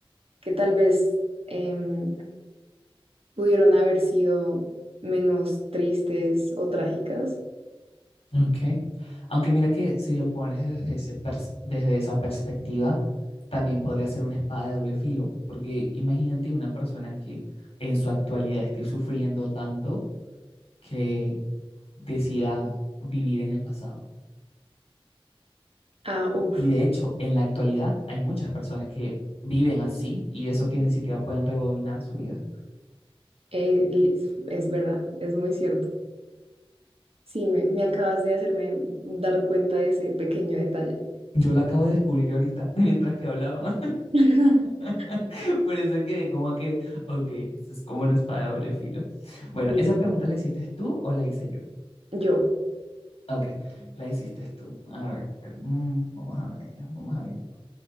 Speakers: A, on the right; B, on the left.
A: que tal vez em, pudieron haber sido menos tristes o trágicas.
B: Ok. Aunque mira que si lo pones desde ese pers- desde esa perspectiva, también podría ser una espada de doble filo, porque imagínate una persona que en su actualidad esté sufriendo tanto que decida vivir en el pasado.
A: Ah, uff,
B: Y de hecho, en la actualidad hay muchas personas que viven así y eso que ni siquiera pueden rebobinar su vida.
A: es verdad, es muy cierto. Sí, me, me acabas de hacerme dar cuenta de ese pequeño detalle.
B: Yo lo acabo de descubrir ahorita <laughs> mientras que hablaba.
A: <laughs>
B: <laughs> Por eso quedé como que, ok, esto es como una espada de doble filo. Bueno,
A: Sí.
B: ¿esa pregunta la hiciste tú o la hice yo?
A: Yo,
B: Ok, la hiciste tú. A ver, mm, vamos a ver, vamos a ver.